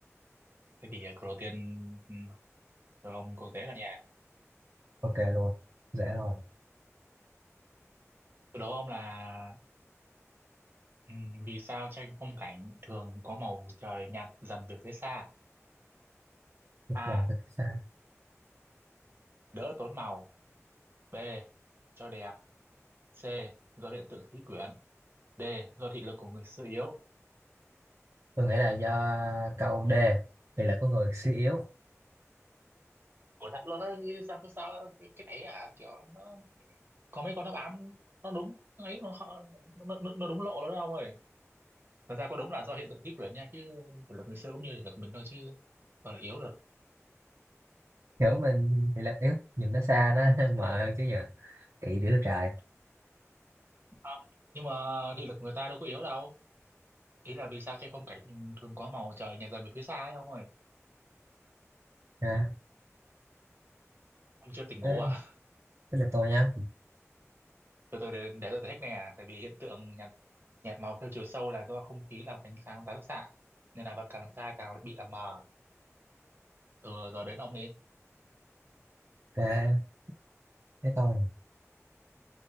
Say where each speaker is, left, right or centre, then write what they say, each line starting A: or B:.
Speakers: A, on the right; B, on the right.
A: Thế thì ờ, câu đầu tiên ừ, cho ông cô dễ là nhà.
B: ok luôn dễ rồi
A: Tôi đố ông là ừ, vì sao tranh phong cảnh thường có màu trời nhạt dần về phía xa?
B: dần
A: A.
B: dần từ phía xa
A: Đỡ tốn màu. B. Cho đẹp. C. Do hiện tượng khí quyển. D. Do thị lực của người xưa yếu.
B: tôi nghĩ là do câu D thì là có người suy yếu
A: Ủa thật luôn á, như sao sao cái, cái này à kiểu nó có mấy con đáp án nó đúng ấy nó, họ- nó, nó, nó đúng lộ đó đâu ông ơi. Thật ra có đúng là do hiện tượng khí quyển nha chứ thị lực người xưa cũng như thị lực mình thôi chứ còn là yếu được.
B: hiểu mình thì là yếu nhìn nó xa nó <laughs> mờ hơn chứ nhỉ kỵ đứa trời
A: Không. Nhưng mà thị lực của người ta đâu có yếu đâu. Ý là vì sao trên phong cảnh thường có màu trời nhạt dần về phía xa ấy ông ơi.
B: ha
A: Ông chưa tỉnh
B: thế,
A: ngủ à?
B: thế là tôi nha
A: <laughs> Từ từ để, để tôi giải thích nè. Tại vì hiện tượng nhạt nhạt màu theo chiều sâu là do không khí làm ánh sáng tán xạ nên là vật càng xa càng bị làm mờ từ giờ đến ông đi
B: ok thế tôi